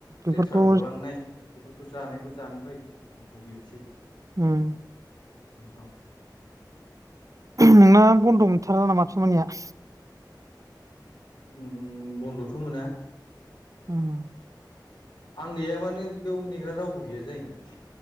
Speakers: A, on the right; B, on the left.
A: बेफोरखौ
B: लेथ्रा गलांनाय बेफोरखौ जानायखौ जानो बायो मुगैनोसै
A: ओम
B: बेनोथ'
A: नोंना बन्द' मोनथारा नामा खामानिया
B: ओम बन्द'थ' मोना
A: ओम
B: आं गैयाबानो बेयाव नेग्रा रावबो गैया जायोना